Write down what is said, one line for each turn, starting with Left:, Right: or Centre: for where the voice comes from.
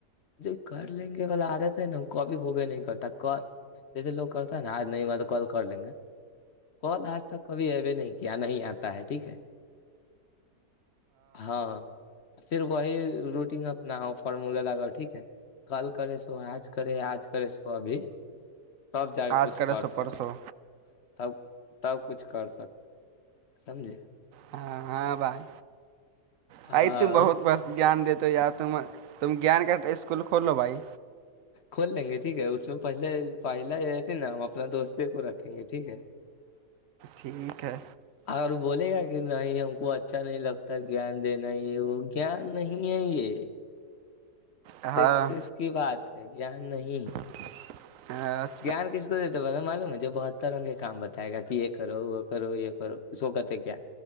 Left: ج کر لیں گے وال عادت ہے نا وہ کبھی ہوبے نہیں کرتا کر جیسے لوگ کر ہے نا آج نہیں ہوا تو کال کر لیں گے کال آج تک کبھی ایبے نہیں کیا نہیں آتا ہے ٹھیک ہے ہاں پھر وہی روٹین اپنا فارمولا لگاؤ ٹھیک ہے کل کرے سو آج کرے آج کرے سو ابھی تب جا کے
Right: آج
Left: کچھ
Right: کرے
Left: کر
Right: سو پرسوں
Left: سک تب تب کچھ کر سکتے سمجھے
Right: ہاں ہاں بھائی
Left: ہاں
Right: بائی ت بہت بس جیان دیےتے یار تم تم گیان کا اسکول کھول لو بھائی
Left: کھول لیں گے ٹھیک ہے اس میں پہلے پہلا یہس نا ہم اپنا دوست کو رکھیں گے ٹھیک ہے
Right: ٹھیک ہے
Left: اور بولے گا کہ نہیں ہم کو اچھا نہیں لگتا گیان دینا یہ وہ گان نہیں ہے یہ
Right: ہاں
Left: سیکسیس کی بات ہے کیا نہیں
Right: ج <unintelligible> ہاں
Left: جیان کس کو دیتے بتا معلوم مجھے بہت تروں کے کام بتائے گا کہ یہ کرو وہ کرو یہ کرو اس کو کہتے کیا